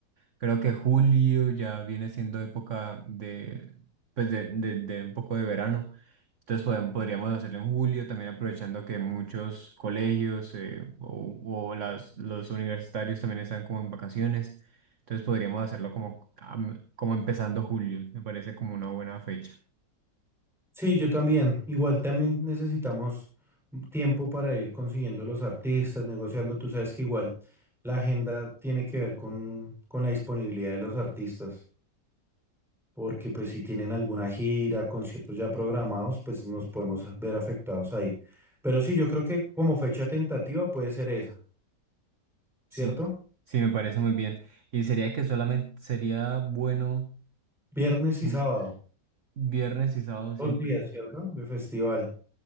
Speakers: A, on the right; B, in the centre.
A: creo que julio ya viene siendo época de, pues de, de de un poco de verano. Entonces podem- podríamos hacerlo en julio, también aprovechando que muchos colegios eh, o, o las, los universitarios también están como en vacaciones. Entonces podríamos hacerlo como, am- como empezando julio. Me parece como una buena fecha.
B: Sí, yo también. Igual también necesitamos tiempo para ir consiguiendo los artistas, negociando. Tú sabes que igual la agenda tiene que ver con, con la disponibilidad de los artistas, porque pues si tienen alguna gira, conciertos ya programados, pues nos podemos ver afectados ahí. Pero sí, yo creo que como fecha tentativa puede ser esa, ¿cierto?
A: Sí, sí, me parece muy bien. Y sería que solamente sería bueno
B: Viernes y
A: mm,
B: sábado,
A: viernes y sábado. Sí,
B: dos días, ¿cierto? De festival.